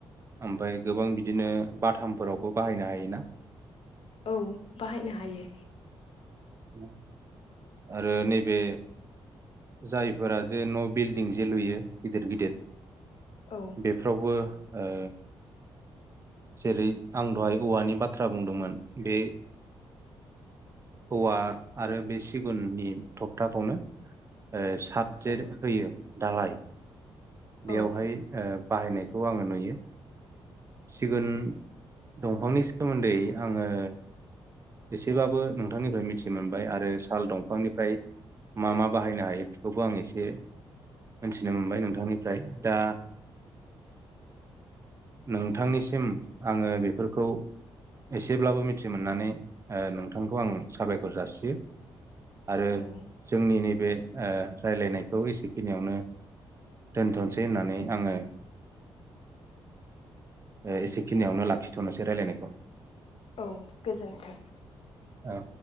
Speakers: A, on the right; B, on the left.
A: ओमफ्राय गोबां बिदिनो बाथामफोरावबो बाहायनो हायोना?
B: औ बाहायनो हायो।
A: <unintelligible> आरो नैबे जायफोरा जे न बिल्डिं जे लुयो गिदिर गिदिर
B: औ
A: बेफ्रावबो ओ जेरै आं दहाय औवानि बाथ्रा बुंदोंमोन बे औवा आरो बे सिगुननि थखथाखौनो ओ थाबजेर
B: औ
A: होयो। दालाय बेयावहाय
B: औ
A: ओ बाहायनाय खौ आं नुयो। सिगुन दंफांनि सोमोन्दै आङो एसेबाबो नोंथांनिफ्राय मिथि मोनबाय आरो साल दंफांनिफ्राय मा मा बाहायनो हायो बेफोरखौ आं एसे मोनथि नो मोनबाय नोंथांनिफ्राय
B: औ
A: दा नोंथांनिसिम आङो बेफोरखौ एसेब्लाबो मिथि मोननानै ओ नोंथांखौ आं साबायखर जासियो। आरो
B: औ
A: जोंनि नै बे ओ रायज्लायनायखौ एसेखिनियावनो दोनथ'सै होननानै आङो ओ एसेखिनियावनो लाखिथ'नोसै रायलायनायखौ।
B: औ गोजोन्थों।
A: औ।